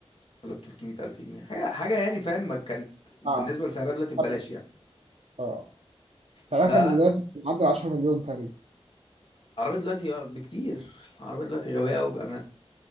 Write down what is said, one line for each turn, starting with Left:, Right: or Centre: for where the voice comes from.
Left: ولا ب 300 الف جنيه حاجه حاجه يعني فاهم ما كانت بالنسبه
Right: اه
Left: لسعرها دلوقتي ببلاش
Right: قبل
Left: يعني
Right: اه سعرها
Left: فالعربيه
Right: كان دلوقتي معدي 10 مليون تقريبا
Left: دلوقتي آه، بكتير العربيه دلوقتي غبيه قوي بامانه